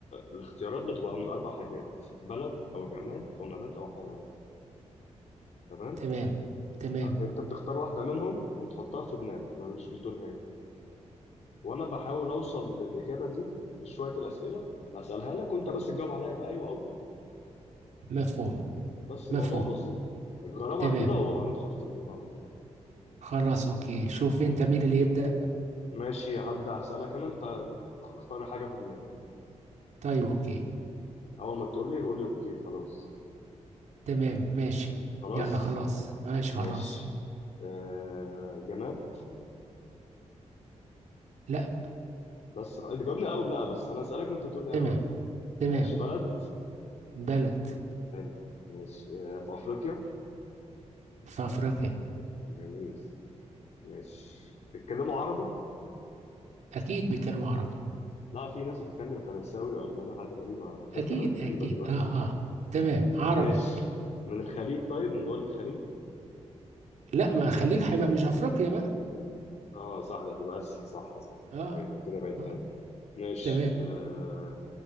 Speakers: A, on the left (about 65°); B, on the right (about 75°).
A: الاختيارات بتبقى من اربع حاجات بلد او جماد او نبات او حيوان تمام
B: تمام تمام
A: انت بتختار واحده منهم وتحطها في دماغك ما مش بتقولها لي وانا بحاول اوصل للاجابه دي بشويه الاسئله بسالها لك وانت بس تجاوب عليها بايوه او بلا
B: مفهوم
A: بس الموضوع
B: مفهوم
A: بسيط جربها
B: تمام
A: كده وهندخل في الموضوع على طول
B: خلاص اوكي شوف انت مين اللي يبدأ
A: ماشي هبدا هسالك انا انت اختار حاجه في دماغك
B: طيب اوكي
A: اول ما تقول لي قول لي اوكي خلاص
B: تمام ماشي
A: خلاص
B: يلا خلاص ماشي
A: ماشي
B: خلاص
A: آه جماد
B: لا
A: بس انت جاوبني اه ولا لا بس انا اسالك وانت تقول لي
B: تمام
A: اه ولا لا
B: تمام
A: ماشي بلد
B: بلد
A: حلو ماشي آه في افريقيا
B: في افريقيا
A: جميل ماشي بيتكلموا عربي
B: اكيد بيتكلموا عربي
A: لا في ناس بتتكلم فرنساوي والماني وحاجات غريبه افريقيا
B: اكيد
A: بقت غريبه
B: اكيد
A: دلوقتي
B: اه اه تمام عربي
A: ماشي من الخليج طيب من دول الخليج
B: لا ما خليك هيبقى مش افريقيا بقى
A: اه صح ده هتبقى اسيا صح صح
B: اه
A: ايوه أنا كده بعدت
B: اه
A: أوي. ماشي
B: تمام
A: آه